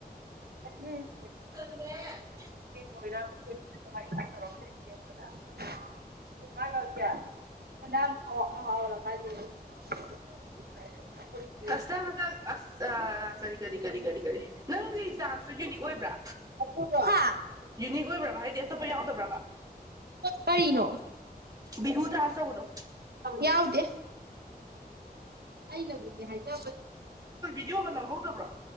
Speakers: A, on the right (about 75°); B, on the right (about 25°).
A: ꯎꯝ꯫
B: <unintelligible>
A: <unintelligible> <unintelligible> <unintelligible>
B: <unintelligible> ꯑ ꯀꯔꯤ ꯀꯔꯤ ꯀꯔꯤ ꯀꯔꯤ ꯀꯔꯤ ꯅꯪꯒꯤ ꯖꯥꯁꯨ ꯌꯨꯅꯤꯛ ꯑꯣꯏꯕ꯭ꯔꯥ
A: ꯍꯥ
B: ꯌꯨꯅꯤꯛ ꯑꯣꯏꯕ꯭ꯔꯥꯕ ꯍꯥꯏ ꯗꯤ ꯑꯇꯣꯞꯄ ꯌꯥꯎꯗꯕ꯭ꯔꯕ
A: ꯀꯔꯤꯅꯣ
B: ꯕꯤꯍꯨ ꯗꯥꯁ ꯆꯧꯕꯗꯣ
A: ꯌꯥꯎꯗꯦ ꯑꯩꯅꯕꯨꯗꯤ ꯍꯥꯏꯖꯕ
B: ꯌꯣꯝꯕ ꯂꯍꯧꯗꯕ꯭ꯔꯣ